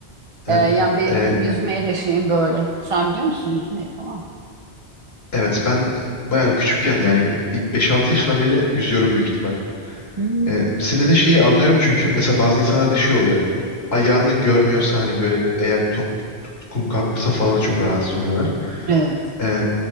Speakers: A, on the left; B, on the right.
A: Evet.
B: E, yani benim
A: Ee,
B: yüzmeyle şeyim böyle. Sen biliyor musun yüzmeyi falan?
A: evet ben bayağı küçükken yani bir 5-6 yaşından beri yüzüyorum büyük ihtimal.
B: Hmm.
A: Ee, senin dediğin şeyi anlıyorum çünkü mesela bazı insanlarda şey oluyor. Ayağını görmüyorsa hani böyle eğer top kum kalkmışsa falan da çok rahatsız oluyorlar.
B: Evet.
A: Ee,